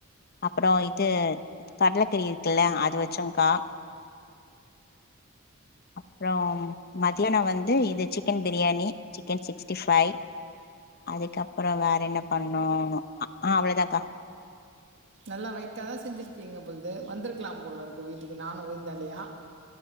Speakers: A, on the left; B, on the right.
A: அப்புறம் இது கடலக்கறி இருக்குல்ல அது வச்சோங்க்கா அப்பறம் மத்தியானம் வந்து இது chicken biryani chicken sixty five அதுக்கப்பறம் வேற என்ன பண்ணும் ஆ அவ்ளோதாக்கா
B: நல்லா வெயிட்டாதான் செஞ்சிருக்கீங்க பொழுது வந்திருக்கலாம் போல இருக்கு வீட்டுக்கு நானும் விருந்தாளியா